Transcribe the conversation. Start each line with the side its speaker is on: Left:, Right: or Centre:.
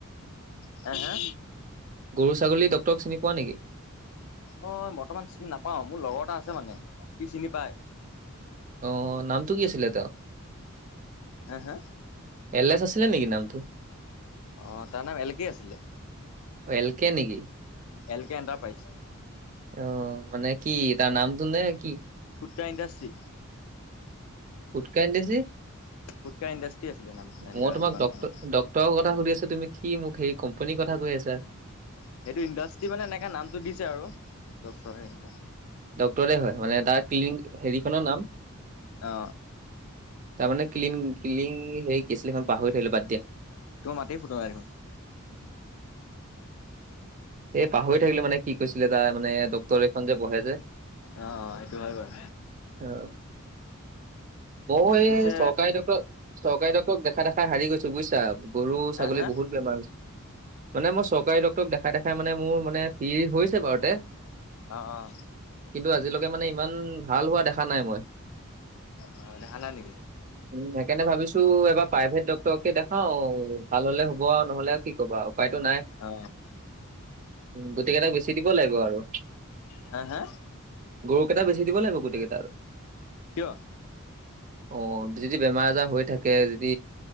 Left: হা হা?
Right: গৰু ছাগলী ডক্তৰক চিনি পোৱা নেকি?
Left: মই বৰ্তমান চিনি নাপাও, মোৰ লগৰ এটা আছে মানে সি চিনি পাই।
Right: আহ নামটো কি আছিলে তেওঁ?
Left: হে হে
Right: এল এছ আছিলে নেকি নামটো?
Left: অ তাৰ নাম এল কে আছিলে।
Right: অ এল কে নেকি?
Left: L K enterprise?
Right: আহ মানে কি তাৰ নামটো নে কি?
Left: ট্ৰ ইণ্ডাষ্ট্ৰী?
Right: ঘুতকা ইণ্ডাষ্ট্ৰী?
Left: ফুটকা ইণ্ডাষ্ট্ৰি আছিলে নাম
Right: মই
Left: এনেকা
Right: তোমাক
Left: দোকানখনৰ
Right: ডট ডক্টৰৰ কথা সুধি আছো তুমি কি মোক হেৰি কোম্পনীৰ কথা কৈ আছা?
Left: সেইটো ইণ্ডাষ্টি মানে এনেকাে নামটো দিছে আৰু ডক্তৰ হেনকা
Right: ডাক্টৰে হয় মানে তাৰ ক্লিনিক হেৰিখনৰ নাম।
Left: অ।
Right: তাৰমানে ক্লিন ক্লিন সেই কেচলিখন পাহৰি থকিলো বাদ দিয়া।
Left: তোৰ মাতেই ফুটা নাই দেখোন।
Right: এ পাহৰি থাকিলো মানে কি কৈছে? ছিল তাই মানে ডক্টৰ এখন যে বহে যে
Left: অ অ সেইটো হয় বাৰু
Right: আহ মই
Left: পিছে
Right: এই চৰকাৰী ডক্টৰ চৰকাৰী ডক্টৰক দেখাই দেখাই হাৰি গৈছো বুইছা। গৰু
Left: হা
Right: ছাগলী
Left: হা
Right: বহুত বেমাৰ, মানে মই চৰকাৰী ডাক্তৰক দেখাই দেখাই মানে মোৰ মানে ফ্ৰী হৈছে বাৰুতে।
Left: অঁ অঁ।
Right: কিন্তু আজিলৈকে মানে ইমান ভাল হোৱা দেখা নাই মই।
Left: অ দেখা নাই নেকি?
Right: <unintelligible> উম সেইকাৰণে ভাবিছো এবাৰ প্ৰাইভেট ডক্তৰকে দেখাও ভাল হলে হ'ব আও নহলে কি কবা আও, উপাই উপাই টো নাই।
Left: অ।
Right: গোটেইকেইটা বেচি দিব লাগিব আৰু।
Left: হা হা
Right: গৰুকে এটা বেছি দিব লাগিব গোটেই কেইটা আৰু
Left: কিয়
Right: অ। যদি বেমাৰ আজাৰ হৈ থাকে যদি